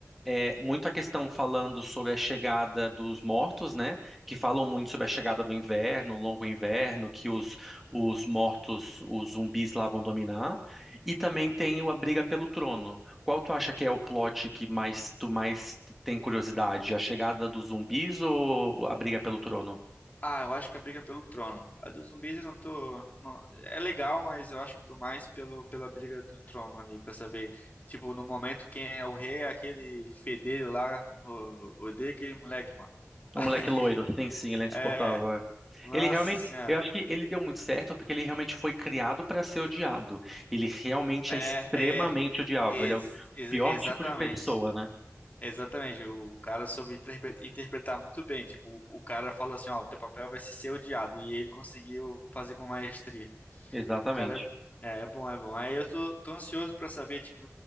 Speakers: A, in the centre; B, on the left.
A: é, muito a questão falando sobre a chegada dos mortos, né? Que falam muito sobre a chegada do inverno, o longo inverno, que os, os mortos, os zumbis lá vão dominar. E também tem o a briga pelo trono. Qual tu acha que é o plot que mais tu mais tem curiosidade? A chegada dos zumbis ou a briga pelo trono?
B: Ah, eu acho que é a briga é pelo trono. A dos zumbis eu não tô. não- é legal, mas eu acho que eu tô mais pelo, pela briga do trono ali, pra saber. Tipo, no momento, quem é o rei é aquele fedelho lá, o, odeio aquele moleque, mano.
A: Um
B: <laughs>
A: moleque loiro, sim, sim, ele é insuportável,
B: é,
A: é.
B: nossa
A: Ele realmente,
B: senhora.
A: eu acho que ele deu muito certo porque ele realmente foi criado para ser odiado. Ele realmente
B: É,
A: é extremamente
B: é,
A: odiável.
B: ex-
A: Ele é o
B: ex-
A: pior
B: exatamente.
A: tipo de pessoa, né?
B: Exatamente, o cara soube interpre- interpretar muito bem. Tipo, o, o cara falou assim: ó, teu papel vai ser ser odiado. E ele conseguiu fazer com maestria.
A: Exatamente.
B: O cara é, é bom, é bom. Aí eu tô, tô ansioso pra saber, tipo,